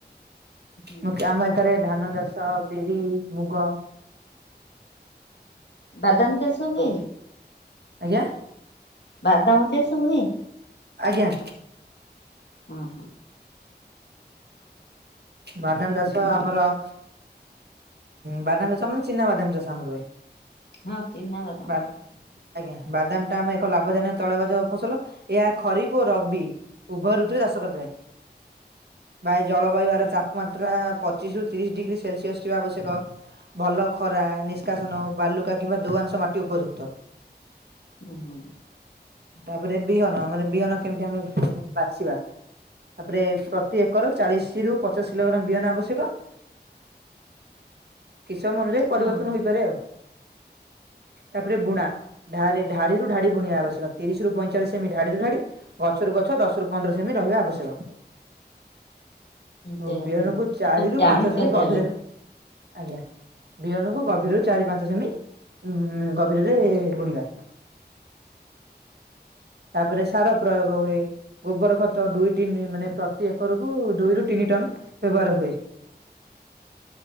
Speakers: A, on the left; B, on the right.
A: ହୁଁ
B: ମୁ ଆମ ଏଠାରେ ଧାନ ଚାଷ, ବିରି, ମୁଗ
A: ବାଦାମ ଚାଷ ହୁଏ?
B: ଆଜ୍ଞା
A: ବାଦାମ ଚାଷ ହୁଏ?
B: ଆଜ୍ଞା।
A: ହଁ
B: ବାଦାମ ଚାଷ
A: ହଁ।
B: ଆମରଁ ବାଦାମ ଚାଷ ମାନେ ଚିନାବାଦାମ ଚାଷ ଆମର ହୁଏ।
A: ହଁ ଚିନା ବାଦାମ।
B: ବା ଆଜ୍ଞା ବାଦାମ ଟା ଆମ ଏକ ଲାଭଜନକ ତୈଳବାଜ ଫସଲ ଏହା ଖରିଫ ଓ ରବି। ଉଭୟ ଋତୁରେ ଚାଷ କରିଥାଏ ବା ଜଳବାୟୁ ମାତ୍ରା ପଚିଶ ରୁ ତିରିଶ ଡିଗ୍ରୀ ସେଲସିଅସ୍ ଥିବା ଆବଶ୍ୟକ। ଭଲ ଖରା ନିଷ୍କାସନ ବାଲୁକା କିମ୍ବା ଦୁ ଅଂଶ ମାଟି ଉପଯୁକ୍ତ।
A: ହୁଁ ହୁଁ।
B: ତାପରେ ବିହନ ମାନେ ବିହନ କେମିତି ଆମେ ବାଛିବା। ତାପରେ ପ୍ରତି ଏକର ଚାଳିଶି ରୁ ପଚ ଚାଷ ଲଙ୍କଣ ବିହନ ଆବଶ୍ୟକ। କିସମ ଅନୁଯାୟୀ ପରିବର୍ତ୍ତନ
A: ହଁ।
B: ହୋଇପାରେ ଆଉ। ତାପରେ ବୁଣା ଧାରେ ଧାଡିରୁ ଢାଡି ବୁଣିବା ଆବଶ୍ୟକ ତିରିଶ ରୁ ପଇଁଚାଳିଶ ସେମିତି ଢାଡିରୁ ଢାଡି ଗଛରୁ ଗଛ ଦଶ ରୁ ପନ୍ଦର ସେମି ରହିବା ଆବଶ୍ୟକ।
A: ଯା
B: ଓ ବିହନ
A: ହଉ
B: କୁ ଚାରି
A: ସବୁ
B: ରୁ
A: ଜାଣିଛ
B: ପାଞ୍ଚ ସେମି
A: ତାହେଲେ
B: ଗଭୀରରେ ଆଜ୍ଞା ବିହନ କୁ
A: ହଁ।
B: ଗଭୀର ରୁ ଚାରି ପାଞ୍ଚ ସେମି ଉ ଗଭୀରରେ ବୁଣିବା। ତାପରେ ସାର ପ୍ରୟୋଗ ହୁଏ ଗୋବର ଖତ ଦୁଇ ତିନି ମାନେ ପ୍ରତି ଏକରକୁ ଦୁଇରୁ ତିନି ଟନ ବ୍ୟବହାର ହୁଏ।